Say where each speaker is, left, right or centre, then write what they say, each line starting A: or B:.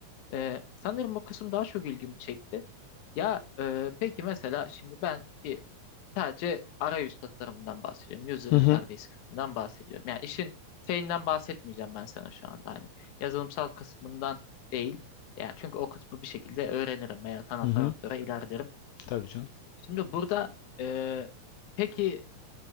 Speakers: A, on the left (about 65°); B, on the left (about 80°).
A: Ee, sanırım o kısım daha çok ilgimi çekti. Ya e, peki mesela şimdi ben bir Sadece arayüz tasarımından bahsediyorum. User
B: Hı
A: interface
B: hı.
A: kısmından bahsediyorum. Yani işin şeyinden bahsetmeyeceğim ben sana şu anda. Hani yazılımsal kısmından değil. Yani çünkü o kısmı bir şekilde öğrenirim veya sanatsal
B: Hı hı.
A: doktora ilerlerim.
B: Tabii canım.
A: Şimdi burada e, peki